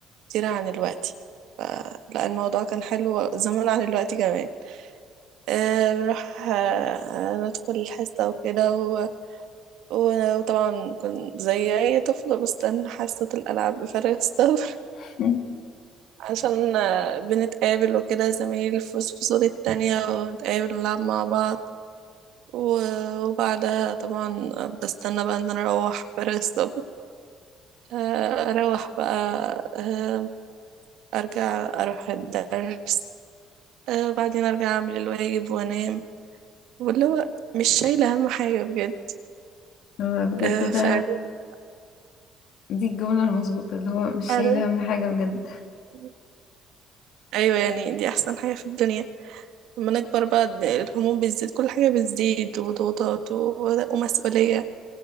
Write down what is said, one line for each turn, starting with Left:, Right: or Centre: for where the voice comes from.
Right: كتير عن الوقت فلا الموضوع كان حلو زمان عن الوقت كمان آه، بنروح آه، ندخل الحصة وكده و... و... وطبعا كنت زي أي طفل بستنى حصة الألعاب بفارغ الصبر
Left: <laughs>
Right: عشان آه، بنتقابل وكده زمايل في في فصول التانية ونتقابل نلعب مع بعض و- وبعدها طبعا بستنى بقى ان انا اروح فارغ الصبر آه، اروح بقى آه، ارجع اروح الدرس آه، وبعدين ارجع اعمل الواجب وانام واللي هو مش شايلة اهم حاجة بجد
Left: هو بجد
Right: آه،
Left: ده
Right: فإعدادي
Left: دي الجملة المظبوطة اللي هو مش
Right: إعدادي-
Left: شايلة أهم حاجة بجد
Right: <laughs> ايوه يعني دي احسن حاجة في الدنيا لما نكبر بقى الد- الهموم بتزيد كل حاجة بتزيد وضغوطات و- ومسؤولية